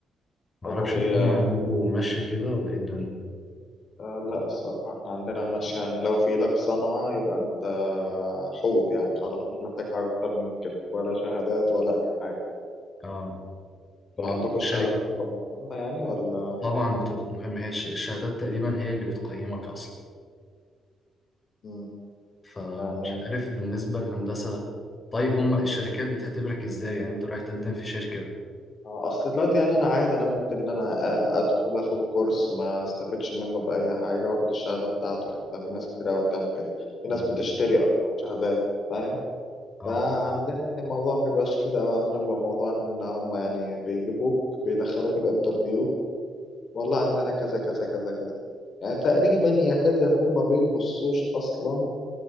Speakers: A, on the left (about 25°); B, on the left (about 50°).
A: معرفش
B: طب وهي
A: الدنيا عندكم ماشية كده ولا ايه الدنيا
B: آه لا الصراحة احنا عندنا ماشي يعني لو في ايدك صنعة يبقى انت حوت يعني خلاص مش محتاج حاجة اكتر من كده ولا شهادات ولا اي حاجة
A: اه والشركة
B: انتوا عندكم الشهادات بتبقى مهمة يعني ولا
A: طبعا بتبقى مهمة هي الش- الشهادات تقريبا هي اللي بتقيمك أصلا
B: مم.
A: فمش
B: يعني
A: عارف بالنسبة للهندسة طيب هما الشركات بتختبرك ازاي يعني انت رايح تقدم في شركة
B: آه، اصل دلوقتي يعني انا عادي انا ممكن ان انا أ- ادخل اخد كورس ما استفدش منه باي حاجه واخد الشهاده بتاعته يعني ده في ناس كتير قوي بتعمل كده في ناس
A: مم.
B: بتشتري اصلا شهادات فاهم
A: اه
B: فعندنا يعني الموضوع ما بيبقاش كده او عندنا بيبقى موضوع ان هم يعني بيجيبوك بيدخلوك الانترفيو والله عندنا كذا كذا كذا كذا يعني تقريبا يكاد يكون ما بيبصوش اصلا